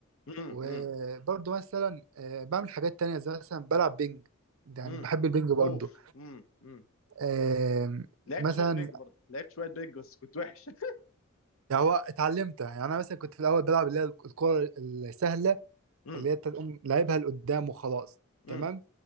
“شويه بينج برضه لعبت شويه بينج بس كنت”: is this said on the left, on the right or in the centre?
Left